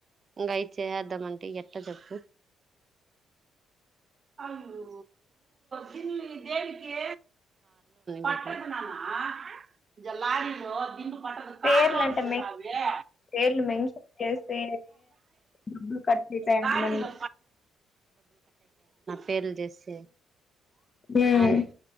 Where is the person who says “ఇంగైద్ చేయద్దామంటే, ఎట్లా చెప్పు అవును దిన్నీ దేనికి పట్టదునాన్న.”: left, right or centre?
Right